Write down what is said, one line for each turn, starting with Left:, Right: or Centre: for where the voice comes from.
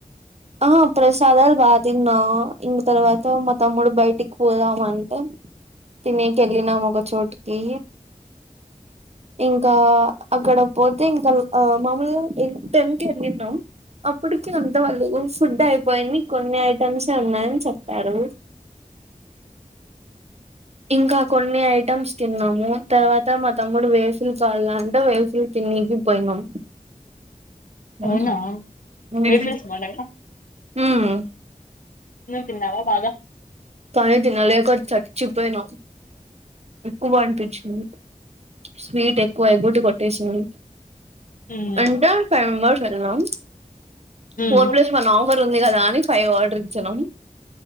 Right: ఆ ప్రసాదాల్ బా తిన్నా ఇంక తర్వాత మా తమ్ముడు బయటికి పోదాంటే తినేకి ఎల్లినాం ఒక చోట్కి ఇంకా అక్కడ పోతే ఇంకా ల్ మమూల్గ ఇ టన్కి ఏళ్ళినం అప్పట్కి అంత వాళ్ళు ఫుడ్ ఐపోయింది కొన్ని ఐటమ్సే ఉన్నాయని చెప్పారు ఇంక కొన్ని ఐటమ్స్ తిన్నాం తర్వాత మా తమ్ముడు వేఫిల్ కాల అంటే వేఫిల్ తినికి పోయ్నం
Left: అవునా
Right: అహా వెఫిల్స్
Left: వేఫల్స్ బాగుండాయా
Right: ఊమ్
Left: నువ్వు తిన్నావా బాగా
Right: కానీ తినలేక చచ్చి పోయినం ఎక్కువ అనిపించింది స్వీట్ ఎక్కువ ఎగటి కొట్టేసింది
Left: ఉమ్
Right: అంటె ఫైవ్ మెంబర్స్ వెల్లినం
Left: ఉమ్
Right: ఫోర్ ప్లస్ వన్ ఆఫర్ ఉంది గదా అని ఫైవ్ ఆర్డర్ ఇచ్చాం